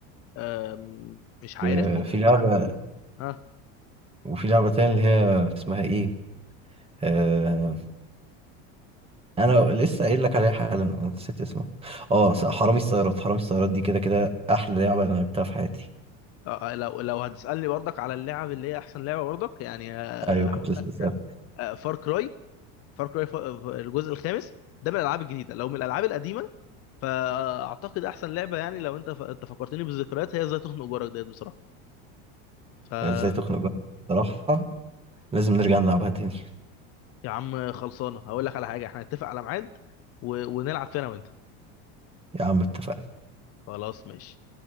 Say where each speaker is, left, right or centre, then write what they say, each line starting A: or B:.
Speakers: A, on the left; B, on the right.
A: أم، مش عارف
B: وفي
A: ممكن اكون
B: لعبه
A: عارف اه
B: وفي لعبه تانية اللي هي اسمها ايه آه انا لسه قايل لك عليها حالا أنا نسيت اسمها اه س- حرامي السيارات حرامي السيارات دي كده كده احلى لعبه انا لعبتها في حياتي
A: آه، لو لو هتسالني برضك على اللعب اللي هي احسن لعبه برضك يعني آه،
B: ايوه
A: هقول
B: كنت لسه
A: لك
B: اسال
A: فار كراي فار كراي الجزء الخامس ده من الالعاب الجديده لو من الالعاب القديمه فاعتقد احسن لعبه يعني لو انت ف... انت فكرتني بالذكريات هي ازاي تخنق جارك ديت بصراحه ف
B: ازاي تخنق جارك بصراحه لازم نرجع نلعبها تاني
A: يا عم خلصانه هقول لك على حاجه احنا نتفق على ميعاد و... ونلعب فينا وانت
B: يا عم اتفقنا
A: خلاص ماشي